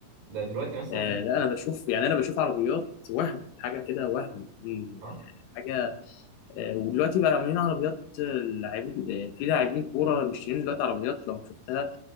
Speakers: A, on the right; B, on the left.
A: ده دلوقتي مثلا
B: آه لا انا بشوف يعني انا بشوف عربيات وهم حاجه كده وهم مم،
A: اه
B: حاجه آه ودلوقتي بقى عاملين عربيات آه، لعيب آه، في لاعبين كوره مش دلوقتي عربيات لو شفتها